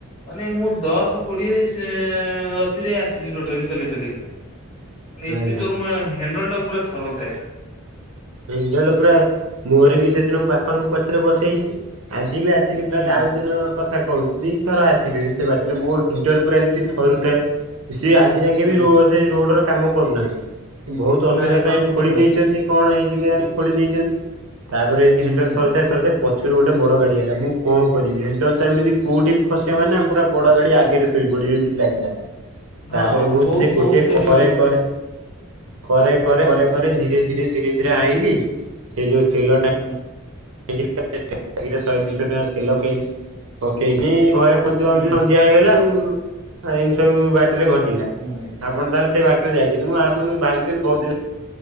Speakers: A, on the left; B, on the right.
A: ମାନେ ମୁଁ ଦଶ କୋଡିଏରେ ସେ ଗତିରେ ଆସିଲି ଟୋଟାଲି ଚଲେଇ ଚଲେଇକି। ମନେ ଏତେ
B: ଆଜ୍ଞା।
A: ଜୋର ମୋ ହାଣ୍ଡଲଟାକୁ ପୁରା ଥରଉ ଥାଏ।
B: ହାଣ୍ଡେଲ ପୁରା ମୋର ବି ସେଦିନ ବାପାଙ୍କୁ ପଛରେ ବସେଇଛି ଆଜି ବି ଆସି ସିଲି
A: ହୁଁ
B: ତା ପର ଦିନ କଥା କହୁଛି ଦିଇଥର ଆସିଲେଣି ସେ ବାଟରେ ମୁଁ ହାଣ୍ଡେଲ ପୁରା ଏମିତି
A: ହୁଁ
B: ଥରୁଥାଏ ସିଏ ଆଜି ଯାଇଁକା
A: ହୁଁ
B: ବି ରୋଡ ସେ ରୋଡ ର କାମ କରୁନାହାନ୍ତି। ବହୁତ ଅସୁବିଧା
A: ନାଇଁ
B: କାହିଁକି
A: କରିପାରୁନାହିଁ।
B: ଖୋଳି ଦେଇଛନ୍ତି କଣ ହେଇଛି କେଜାଣି ଖୋଳି ଦେଇଛନ୍ତି। ତାପରେ ଇନ୍ତି
A: ହୁଁ
B: ହାଣ୍ଡେଲ ଥରୁଥାଏ ଥରୁଥାଏ। ପଛୁରୁ ଗୋଟେ ବଡ ଗାଡି ଆଇଲା ମୁଁ କଣ କରିବି ହାଣ୍ଡେଲଟା ଏମିତି କୋଉଠି ବି ଖସିିବ ମାନେ ଆମେ ପୁରା ବଡ ଗାଡି ଆଗରେ ଶୋଇ ପଡିବେ ବୋଲି ଲାଗିଲା।
A: <inaudible>
B: ତାପରେ ମୁଁ
A: ବହୁତ
B: ସେ
A: ବହୁତ
B: ଗୋଟେ
A: ସେଠି
B: କରେ
A: ହୁଁ
B: କରେ କରେ କରେ କରେ କରେ ଧୀରେ ଧୀରେ ଧୀରେ ଧୀରେ ଆଇିଁଲି ସେ ଯୋଉ ତେଲ ଟା
A: ହୁଁ।
B: <unintelligible> ଶହେ ଦିଶହ ଟଙ୍କାର ତେଲ ପାଇଲି ପକେଇକି ଘରେ କଞ୍ଚୁଞ୍ଚ
A: ହୁଁ
B: ସନ୍ଧ୍ୟା ହେଇଗଲା ଏମି ସବୁ ବାଟରେ ଘଟିଲା
A: ହୁଁ
B: ଆପଣ ତାହେଲେ ସେ ବାଟ ଯାଇଛି ମୁଁ ଶୁ ଭାବିଥିଲି ବହୁତ